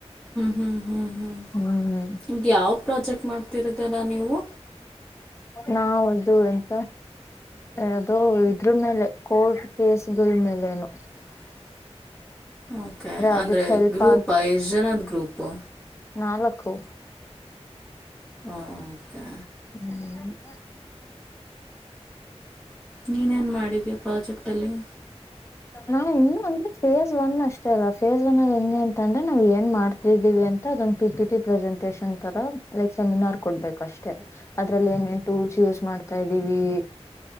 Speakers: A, in the centre; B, on the left (about 25°).
A: ಹ್ಞೂ ಹ್ಞೂ ಹ್ಞೂ
B: ಹ್ಮ್ ಹ್ಮ್
A: ಈಗ ಯಾವ ಪ್ರಾಜೆಕ್ಟ್ ಮಾಡ್ತಿರದರ ನೀವು
B: ನಾಾವದು ಎಂತ ಅದು ಇದ್ರ ಮೇಲೆ ಕೋಲ್ಡ್ ಕೇಸ್ ಗಳ ಮೇಲೆೇನು
A: <inaudible> ಓಕೆ ಅಂದ್ರೆ
B: ಅದಕ್ ಹೆಲ್ಪ್
A: ಗ್ರೂಪ ಎಷ್ಟು ಜನದ ಗ್ರೂಪು
B: ನಾ ಲಕ್ಕೋ
A: ಓಕೆ
B: ಹ್ಮ್
A: ನೀನೇನು ಮಾಡಿದೀಯ ಪ್ರಾಜೆಕ್ಟಲ್ಲಿ
B: ನಾ ಇ ಅಂದ್ರೆ ಫೇಸ್ ಒನ್ ಅಷ್ಟೇ ಅಲ್ಲ ಫೇಸ್ ಒನ್ ಅಲ್ಲಿ ಹೆಂ ಅಂತ ಅಂದ್ರೆ ನಾವು ಏನ್ ಮಾಡ್ತಿದೀವಿ ಅಂತ ಅದೊಂದು ಪಿ ಪಿ ರೀ ಪ್ರ್ರೆಸೆಂಟೇಷನ್ ತರ ಲೈಕ್ ಸೆಮಿನಾರ್ ಕೊಡ್ಬೇಕು ಅಷ್ಟೇ ಅದ್ರಲ್ಲಿ ಏನೇನ್ ಟೂಲ್ಸ್ ಯೂಸ್ ಮಾಡ್ತಾ ಇದೀವಿ